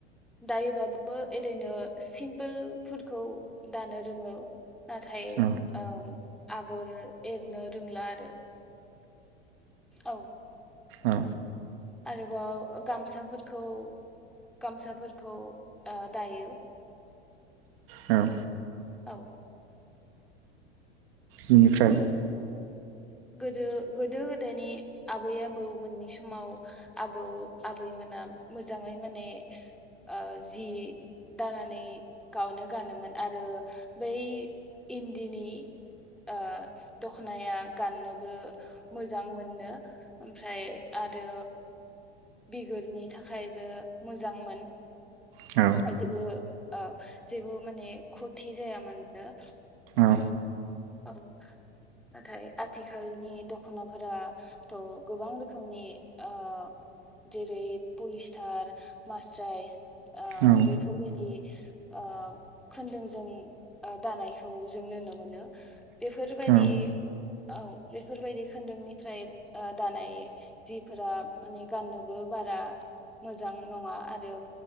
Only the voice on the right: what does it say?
औ
औ।
औ।
बिनिफ्राय
औ
ओ
औ
औ